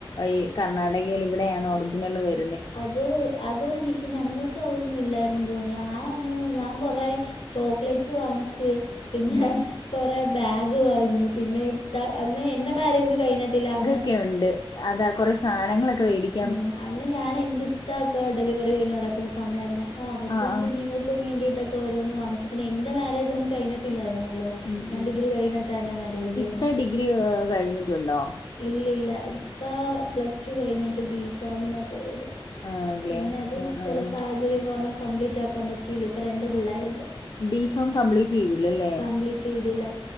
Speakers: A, on the left (about 50°); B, on the left (about 80°).
A: ഈ കർണാടകൽ ഇവിടെയാണ് ഒറിജിനൽ വരുന്നത്
B: അത് അത് എനിക്ക് ഞങ്ങൾക്ക് അതൊന്നും ഇല്ലായിരുന്നു തോന്നി ഞാൻ അങ്ങനെ ഞാൻ കുറേ ചോക്ലേറ്റ്സ് വാങ്ങിച്ച് പിന്നെ
A: ഉം
B: കുറെ ബാഗ് വാങ്ങി പിന്നെ അന്ന് എന്റെ മാരേജ് കഴിഞ്ഞിട്ടില്ല അന്ന്
A: ക്കെ ഉണ്ട് അതാ കുറെ സാധനങ്ങളൊക്കെേമടിക്ക
B: മ അന്ന് ഞാൻ എൻ്റെ ഇത്തക്ക ഡെലിവറി അ നടക്കുന്ന സമയമായിരുന്നു. അപ്പോൾ അവക്ക
A: ആഹ് ആഹ്
B: കുഞ്ഞങ്ങൾക്കും വേണ്ടിട്ടൊക്കെഓരോന്ന് വാങ്ങിച്ച പിന്നെ എ്റെ മാര്ജ ഒന്നും കഴിട്ടില്ലായിരുന്നല്ലോ
A: ഉം
B: ഞാൻ
A: ഉം
B: ഡിഗ്രി കഴിഞ്ഞിട്ടാണ് എൻ്റെ മാരജ്
A: ഇത്ത
B: കഴിന്
A: ഡിഗ്രി കഴിഞ്ഞിട്ടുണ്ടോ
B: ഇല്ലല്ല ഇത്ത പ്ലസ് ടു കഴിഞ്ഞിട്ട് ഡി ഫാമിനാ പോയത
A: ആണല്ലേ
B: പിന്നെ അത്
A: ആഹ്
B: ചില
A: ആഹ്
B: സാഹചര്യം കാരണം കംപ്ലീറ്റ് ആാക്കാൻ പറ്റിയില്ല ഇപ്പം രണ്ട് പിള്ളേരുണ്ട്
A: ഡി ഫാം കംപ്ലീറ്റ് ചെയ്തില്ലല്ലേ
B: കംപ്ലീറ്റ് ചെയില്ല